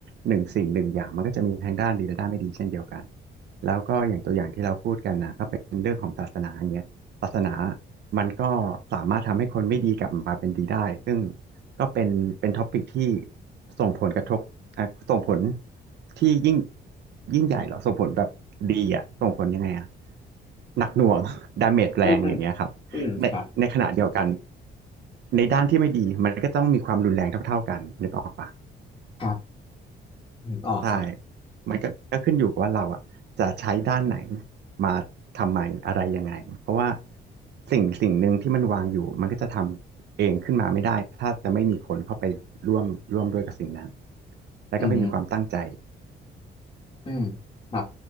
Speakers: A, on the right; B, on the left.
A: หนึ่งสิ่งหนึ่งอย่างมันก็จะมีทั้งด้านดีและด้านไม่ดีเช่นเดียวกันแล้วก็อย่างตัวอย่างที่เราพูดกันนะก็เป็นเรื่องของศาสนาอย่างเงี้ยศาสนามันก็สามารถทำให้คนไม่ดีกลับมาเป็นดีได้ซึ่ง ก็เป็นเป็นท็อปิกที่ส่งผลกระทบอ่ะส่งผลที่ยิ่งยิ่งใหญ่เหรอส่งผลแบบดีอ่ะส่งผลยังไงอ่ะหนักหน่วง <laughs> ดาเมจแรงอย่างเงี้ยครับ
B: อืมอืมอืมครับ
A: ในในขณะเดียวกันในด้านที่ไม่ดีมันก็ต้องมีความรุนแรงเท่าๆกันนึกออกปะ
B: ครับนึกออกครับ
A: ใช่มันก็ก็ขึ้นอยู่กับว่าเราอ่ะจะใช้ด้านไหนมาทำไมอะไรยังไงเพราะว่าสิ่งสิ่งหนึ่งที่มันวางอยู่มันก็จะทำเองขึ้นมาไม่ได้ถ้าจะไม่มีคนเข้าไปร่วมร่วมด้วยกับสิ่งนั้นแล้วก็ไม่มีความตั้งใจ
B: อืมอืมครับ